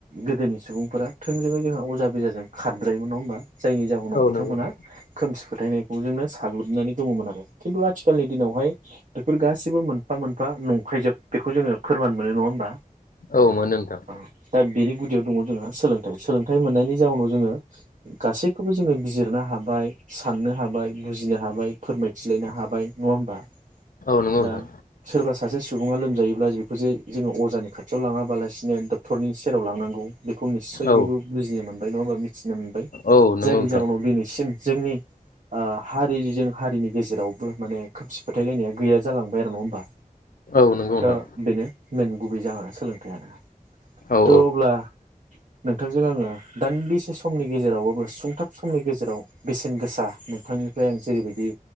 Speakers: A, on the right (about 60°); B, on the left (about 75°).
A: गोदोनि सुबुंफोरा थोंजोङै जोंहा अजा बेजाजों खारद्रायोमोन नङा होमबा? जायनि जाहोनाव
B: औ
A: बिथांमोना
B: नंगौ नोंथां
A: खोमसि फ फोथायनायखौ जोंनो साग्लोबनानै दङमोन आरो खिन्थु आथिखालनि दिनावहाय बेफोर गासिबो मोनफा मोनफा नंखायजोब बेखौ जोङो फोरमान मोनो नङा होमबा?
B: औ मोनो नोंथां
A: औ दा बिनि गुदियाव दङ जोंहा सोलोंथाइ सोलोंथाइ मोननायनि जाउनाव जोङो गासैखौबो जोङो बिजिरनो हाबाय साननो हाबाय बुजिनो हाबाय। फोरमायथिलायनो हाबाय नङा होमबा?
B: औ नंगौ
A: दा
B: नोंथां
A: सोरबा सो सासे सुबुङा लोमजायोब्ला <unintelligible> जे जोङो अजानि खाथियाव लाङाबालासिनो डक्टरनि सेराव लांनांगौ बेखौ निस्सय
B: औ
A: बयबो बुजियोमोन। <unintelligible> <unintelligible> मोनबाय
B: औ नंगौ
A: जायनि
B: नोंथां
A: जाहोनाव दिनैसिम जोंनि आ हारिजों हारिनि गेजेराव बो माने खोमसि फोथायलायनाया गैया ज जालांबाय आरो नङा होमबा?
B: औ नोंगौ
A: दा
B: नोंथां।
A: बेनो मेन गुबै जाहोना सोलोंथाइआनो।
B: औ
A: त अब्ला नोंथांजों आङो दानि बेसे समनि गेजेरावबाबो सुंथाब समनि गेजेराव बेसेन गोसा नोंथांनिफ्राय आं जेरैबायदि